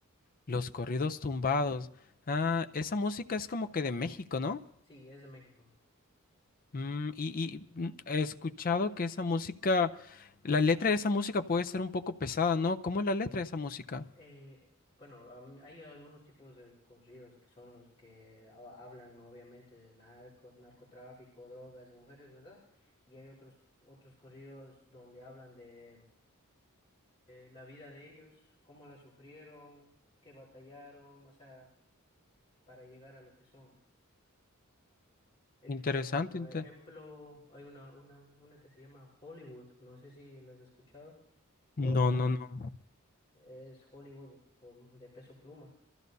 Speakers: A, on the left; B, on the left.
A: Los corridos tumbados. Ah, esa música es como que de México, ¿no?
B: Sí, es de México.
A: Mm, y, y, mm, he escuchado que esa música, la letra de esa música puede ser un poco pesada, ¿no? ¿Cómo es la letra de esa música?
B: Eh, bueno, a mí- hay algunos tipos de corridos que son los que ha- hablan obviamente de narco, narcotráfico, drogas y mujeres, ¿verdad? Y hay otros, otros corridos donde hablan de la vida de ellos, cómo la sufrieron, qué batallaron, o sea, para llegar a lo que son. Ej-
A: Interesante,
B: Como
A: inte-
B: ejemplo, hay una, una, una que se llama Hollywood, no sé si las has escuchado,
A: No,
B: o las
A: no, no.
B: es Hollywood um, de Peso Pluma.